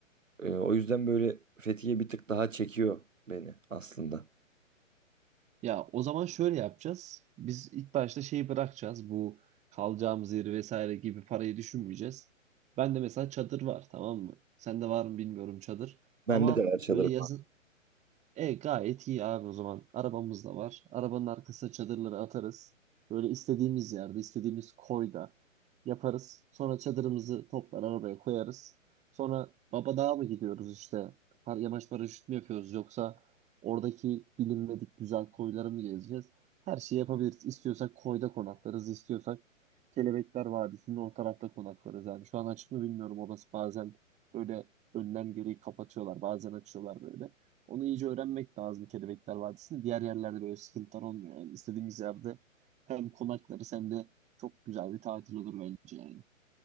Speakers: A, on the right; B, on the right.
A: Ee, o yüzden böyle Fethiye bir tık daha çekiyor beni aslında.
B: Ya o zaman şöyle yapacağız. Biz ilk başta şeyi bırakacağız. Bu kalacağımız yeri vesaire gibi parayı düşünmeyeceğiz. Ben de mesela çadır var tamam mı? Sende var mı bilmiyorum çadır.
A: Bende
B: Ama
A: de var çadır.
B: böyle yazın e gayet iyi abi o zaman. Arabamız da var. Arabanın arkasına çadırları atarız. Böyle istediğimiz yerde, istediğimiz koyda yaparız. Sonra çadırımızı toplar arabaya koyarız. Sonra baba Babadağ'a mı gidiyoruz işte? Par- Yamaç paraşüt mü yapıyoruz yoksa oradaki bilinmedik güzel koyları mı gezeceğiz? Her şeyi yapabiliriz. İstiyorsak koyda konaklarız, istiyorsak Kelebekler Vadisi'nin o tarafta konaklarız. Yani şu an açık mı bilmiyorum. Orası bazen böyle önlem gereği kapatıyorlar, bazen açıyorlar böyle. Onu iyice öğrenmek lazım Kelebekler Vadisi'nde. Diğer yerlerde böyle sıkıntılar olmuyor. Yani istediğimiz yerde hem konaklarız hem de çok güzel bir tatil olur bence yani.